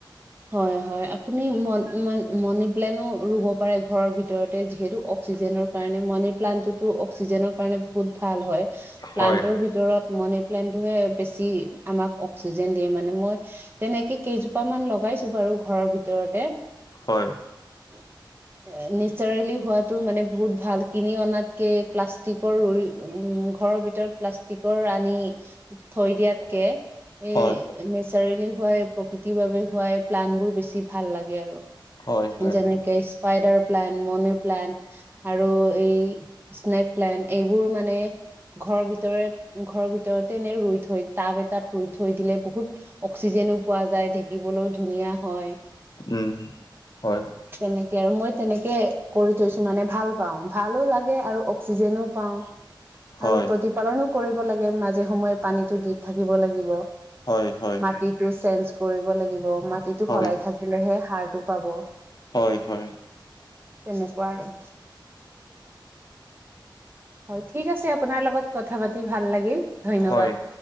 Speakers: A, on the right; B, on the left.
A: হয় হয় আপুনি মন মন মনিপ্লেনো ৰুব পাৰে ঘৰৰ ভিতৰতে যিহেতু অক্সিজেনৰ কাৰণেও মানি প্লানটোত টো অক্সিজেনৰ কাৰণে বহুত ভাল হয়
B: হয়
A: প্লান্তৰ
B: হয়
A: ভিতৰত মানে প্লেনটো হয় বেছি আমাক অক্সিজেন দিয়ে মানে মই তেনেকে কেইজোপা মান লগাইছ টো বাৰু ঘৰৰ ভিতৰতে
B: হয়
A: হম এ নেচাৰেলি হোৱাতো মানে বহুত ভাল। কিনি অনাতকে প্লাষ্টিকৰ উ ঘৰৰ ভিতৰত প্লাষ্টিকৰ আনি থৈ দিয়াতকে। এ
B: হয়
A: নেচাৰেলি হোৱাই প্ৰকৃতিৰ বাবে হোৱাই প্লান বোৰ বেছি ভাল লাগে আৰু।
B: হয় হয়
A: যেনেকে
B: হয়
A: স্পাইডাৰ প্লেন মনিপ্লেন আৰু এই স্নেক প্লেন এইবোৰ মানে ঘৰৰ ভিতৰেত ঘৰৰ ভিতৰতে এনে ৰুই থৈ টাব এটাত ৰুই থৈ দিলে বহুত অক্সিজেন <unintelligible> পোৱা যায়। দেখিবলৈও ধুনীয়া হয়।
B: উম হয়
A: তেনেকে আৰু মই তেনেকে কৰি থৈছো মানে ভাল পাওঁ। ভালো লাগে আৰু অক্সিজেনো পাওঁ।
B: হয়
A: আৰু প্ৰতিপালনো কৰিব লাগে। মাজে সময়ে পানীটো দি থাকিব লাগিব।
B: হয় হয়
A: মাটিটো চেঞ্জ কৰিব লাগিব। মাটিটো
B: হয়
A: সলাই থাকিলেহে সাৰটো পাব।
B: হয়, হয়।
A: তেনেকুৱা আৰু। হয়, ঠিক আছে। আপোনাৰ লগত কথা পাতি ভাল লাগিল। ধন্যবাদ।
B: হয়,